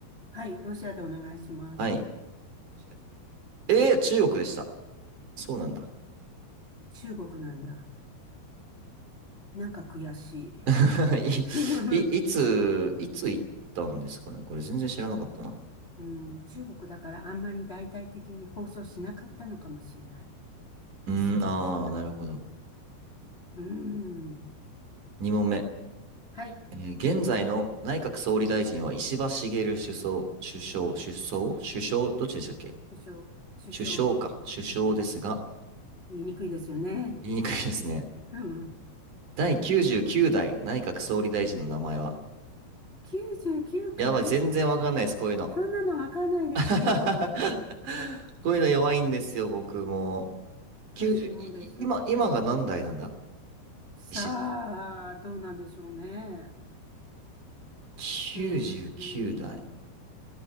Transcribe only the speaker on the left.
はい。ロシアでお願いします。
中国なんだ。なんか悔しい。
<laughs>
うん、中国だからあんまり大々的に放送しなかったのかもしれない。
ですよね、
きっと。
うーん。
はい。
首相、首相、
言いにくいですよね。
うん。
はい。99回
そんなのわかんないですよ。
私もです。
さあ、
どうなんでしょうね。
うーん。